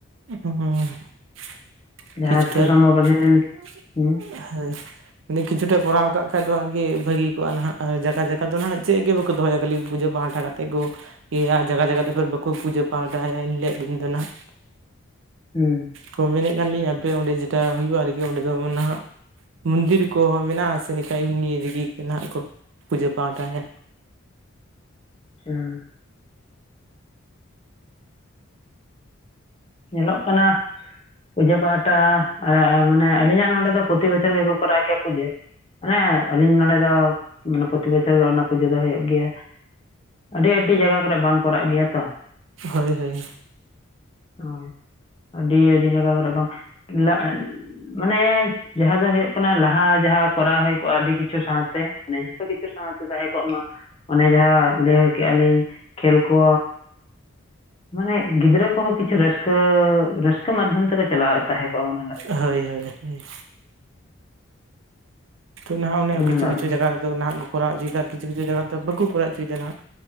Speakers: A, on the right (about 65°); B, on the left (about 25°).
A: ᱦᱩᱸ ᱾ <inaudible>
B: ᱡᱟᱦᱟᱸ
A: ᱠᱤᱪᱷᱩ
B: ᱛᱤᱥ
A: ᱴᱟᱜ
B: ᱥᱚᱢᱵᱷᱚᱵ ᱟᱹᱞᱤᱧ ᱞᱤᱧ
A: <inaudible>
B: ᱦᱩᱸ
A: ᱦᱚᱭ ᱾ ᱠᱤᱪᱷᱩᱴᱟ ᱠᱚᱨᱟᱣ ᱠᱟᱜ ᱠᱷᱟᱡ ᱫᱚ ᱟᱨᱠᱤ ᱵᱷᱟᱹᱜᱤ ᱠᱚᱜᱼᱟ ᱱᱟᱦᱟᱜ ᱟᱨ ᱡᱟᱠᱟᱼ ᱡᱟᱠᱟ ᱫᱚ ᱱᱟᱦᱟᱜ ᱪᱮᱜ ᱜᱮ ᱵᱟᱠᱚ ᱫᱚᱦᱚᱭᱟ ᱠᱷᱟᱹᱞᱤ ᱯᱩᱡᱟᱹ ᱯᱟᱦᱴᱟ ᱛᱮᱠᱚ ᱤᱭᱟᱹᱭᱟ ᱡᱟᱭᱜᱟ ᱡᱟᱭᱜᱟ ᱛᱮᱫᱚ ᱵᱟᱠᱚ ᱯᱩᱡᱟᱹ ᱯᱟᱴ ᱫᱟᱲᱮᱭᱟᱜ-ᱟ ᱮᱱᱦᱤᱞᱳᱜ ᱫᱤᱱ ᱫᱚ ᱱᱟᱦᱟᱜ ᱾
B: ᱦᱩᱸ
A: ᱛᱚ ᱢᱮᱱᱮᱫ ᱠᱟᱱ ᱞᱤᱧ ᱟᱯᱮ ᱚᱸᱰᱮ ᱡᱮᱴᱟ ᱦᱩᱭᱩᱜᱼᱟ ᱟᱨᱠᱤ ᱚᱸᱰᱮ ᱫᱚ ᱢᱟᱱᱮ ᱱᱟᱦᱟᱜᱼᱼ ᱢᱚᱱᱫᱤᱨ ᱠᱚ ᱢᱮᱱᱟᱜᱼᱟ ᱥᱮ ᱱᱮᱠᱟ ᱮᱢᱱᱤ ᱨᱮᱜᱮ ᱱᱟᱦᱟᱜ ᱠᱚ ᱯᱩᱡᱟᱹ ᱯᱟᱦᱴᱟᱭᱟ?
B: ᱦᱩᱸ ᱧᱮᱞᱚᱜ ᱠᱟᱱᱟ ᱯᱩᱡᱟᱹ ᱯᱟᱦᱴᱟ ᱟᱨ ᱢᱟᱱᱮ ᱟᱹᱞᱤᱧᱟᱜ ᱱᱚᱰᱮ ᱫᱚ ᱯᱨᱚᱛᱤ ᱵᱚᱪᱷᱚᱨ ᱜᱮᱠᱚ ᱠᱚᱨᱟᱣ ᱜᱮᱭᱟ ᱯᱩᱡᱟᱹ ᱢᱟᱱᱮ ᱟᱹᱞᱤᱧ ᱱᱚᱰᱮ ᱫᱚ ᱢᱟᱱᱮ ᱯᱨᱚᱛᱤ ᱵᱚᱪᱷᱚᱨ ᱜᱮ ᱚᱱᱟ ᱯᱩᱡᱟᱹ ᱫᱚ ᱦᱩᱭᱩᱜ ᱜᱮᱭᱟ ᱾ ᱟᱹᱰᱤ ᱟᱹᱰᱤ ᱡᱟᱭᱜᱟ ᱠᱚᱨᱮ ᱵᱟᱝ ᱠᱚᱨᱟᱜ ᱜᱮᱭᱟ ᱛᱚ ᱾
A: ᱦᱳᱭ ᱦᱳᱭ
B: ᱦᱳ ᱟᱹᱰᱤ ᱟᱹᱰᱤ ᱡᱟᱭᱜᱟ ᱠᱚᱨᱮ ᱵᱟᱝ‌ ᱞᱟ ᱢᱟᱱᱮ ᱡᱟᱦᱟᱸ ᱫᱚ ᱦᱳᱭᱳᱜ ᱠᱟᱱᱟ ᱞᱟᱦᱟ ᱡᱟᱦᱟᱸ ᱠᱚᱨᱟᱣ ᱦᱩᱭ ᱠᱚᱜᱼᱟ ᱟᱹᱰᱤ ᱠᱤᱪᱷᱩ ᱥᱟᱶᱛᱮ ᱢᱟᱱᱮ ᱡᱷᱚᱛᱚ ᱠᱤᱪᱷᱩ ᱥᱟᱶᱛᱮ ᱛᱟᱦᱮᱸ ᱠᱚᱜ ᱢᱟ ᱾ ᱚᱱᱮ ᱡᱟᱦᱟᱸ ᱞᱟᱹᱭ ᱦᱩᱭ ᱠᱮᱜᱼᱟ ᱞᱤᱧ ᱠᱷᱮᱞ ᱠᱚ, ᱢᱟᱱᱮ ᱜᱤᱫᱽᱨᱟᱹ ᱠᱚ ᱠᱤᱪᱷᱩ ᱨᱟᱹᱥᱠᱟᱹ - ᱨᱟᱹᱥᱠᱟᱹ ᱢᱟᱫᱽᱫᱷᱚᱢ ᱛᱮᱠᱚ ᱪᱟᱞᱟᱣᱮᱫ ᱛᱟᱦᱮᱸ ᱠᱚᱜᱼᱟ ᱩᱱ ᱦᱤᱞᱳᱜ ᱾
A: ᱦᱳᱭ ᱦᱳᱭ ᱦᱳᱭ ᱛᱳ ᱱᱟᱦᱟᱜ ᱚᱱᱮ
B: ᱩᱱ
A: ᱠᱤᱪᱷᱩ
B: ᱦᱤᱞᱳᱜ
A: ᱠᱤᱪᱩ
B: ᱫᱚ
A: ᱡᱟᱜᱟ ᱨᱮᱫᱚ ᱱᱟᱦᱟᱜ ᱠᱚᱨᱟᱣ ᱦᱚᱪᱮᱫᱟ ᱠᱤᱪᱷᱩᱤᱪᱷᱩ ᱡᱟᱜᱟ ᱨᱮᱫᱚ ᱵᱟᱠᱩ ᱠᱚᱨᱟᱣ ᱦᱚᱪᱚᱭᱟᱦᱟᱜ᱾